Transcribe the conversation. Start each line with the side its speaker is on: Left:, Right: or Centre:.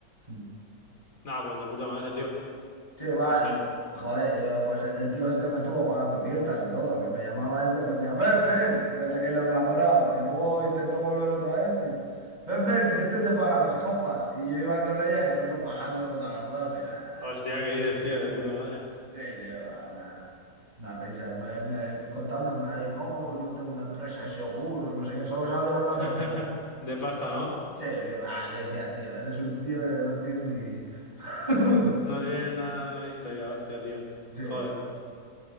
Right: Mm.
Left: Nah, pues de puta madre, tío.
Right: Che, va,
Left: Hostia.
Right: y- joder, y yo, pues el tío este me estuvo pagando fiestas y todo, que me llamaba este, me decía, ven, ven, que el, el enamorado, que luego intentó volver otra vez y, ven, ven, que este te paga las copas. Y yo iba con ella y el otro pagándonos a los dos. Y, ah,
Left: Hostia, ¿qué dices, tío? De puta madre.
Right: sí, sí, una, unas risas, me, me- contándome ahí, no, yo tengo una empresa de seguros, no sé qué, solo sabía hablar
Left: <laughs>
Right: de cosas así.
Left: De pasta, ¿no?
Right: Sí, sí, va, y decías, tío, eres un tío que no tienes ni... <laughs>
Left: No tiene nada, no hay historia, hostia, tío.
Right: Sí,
Left: Joder.